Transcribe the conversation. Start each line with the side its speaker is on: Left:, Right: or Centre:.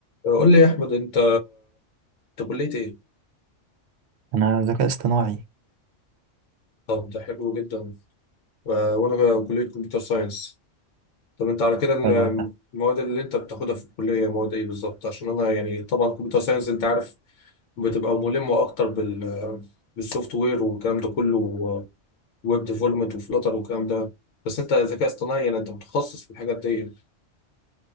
Left: قول لي يا احمد انت انت كليه ايه
Right: انا ذكاء اصطناعي
Left: طب ده حلو جدا و- وانا كليه كمبيوتر ساينس طب انت على كده ال-
Right: حلو ده
Left: المواد اللي انت بتاخدها في الكليه مواد ايه بالظبط عشان انا يعني طبعا كمبيوتر ساينس انت عارف بتبقى ملمه اكتر بال بالسوفت وير والكلام ده كله ويب ديفلوبمنت وفلاتر والكلام ده بس انت ذكاء اصطناعي يعني انت متخصص في الحاجات دي